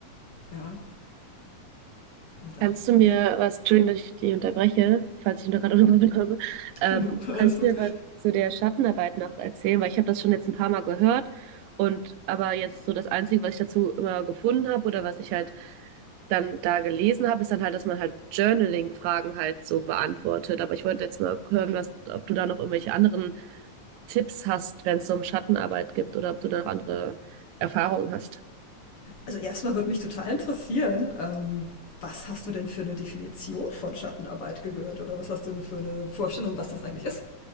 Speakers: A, on the left; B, on the right.
A: Ja, und
B: Kannst
A: auch,
B: du mir
A: ja.
B: was, Entschuldigung, dass ich dich unterbreche, falls ich noch gerade unterbrochen
A: Hm?
B: habe, ähm,
A: <laughs> Alles
B: kannst
A: gut.
B: du mir was zu der Schattenarbeit noch erzählen? Weil ich habe das schon jetzt ein paar Mal gehört und aber jetzt so das Einzige, was ich dazu immer gefunden habe oder was ich halt dann da gelesen habe, ist dann halt, dass man halt Journaling-Fragen halt so beantwortet. Aber ich wollte jetzt mal hören, was, ob du da noch irgendwelche anderen Tipps hast, wenn es so um Schattenarbeit gibt oder ob du da noch andere Erfahrungen hast.
A: Also erstmal würde mich total interessieren, ähm, was hast du denn für eine Definition von Schattenarbeit gehört oder was hast du für eine Vorstellung, was das eigentlich ist